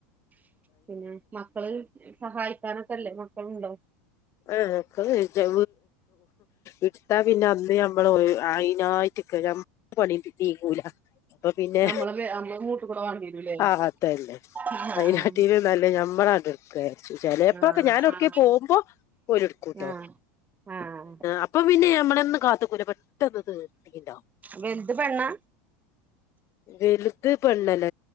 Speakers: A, on the right; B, on the left.
A: പിന്നെ മക്കൾ സഹായിക്കാനൊക്കെല്ലേ മക്കളുണ്ടോ
B: ആഹഒക വെടിക്കാ ഇടുത്താ പിന്ന ത് നമ്മള് അയിതിനായിട്ട് നിക്ക നമ്മള പണി നീങ്ങൂല അപ്പൊ പിന്നെ
A: നമ്മളെ വേ നമ്മളെ മൂട്ട് കൂടെ വാണ്ടി വരൂല്ലേ
B: ആ അതല്ലേ
A: ആഹ്
B: അയനാറ്റീൽ നമ്മള ച്ച ചിലപ്പോക്കെ
A: ആഹ്
B: ഞാൻ ഓട്ക്കെ
A: ആഹ്
B: പോകുമ്പോ പ്പോഓല് എടുക്കൂട്ടോ
A: ആഹ് ആഹ്
B: അപ്പോപ്പിന്നെ നമ്മള ഒന്നും കാത്തുയ്ക്കൂല കിട്ടത് എണ്ടോ
A: വലുത് പെണ്ണാ
B: വലുത് പെണ്ണല്ല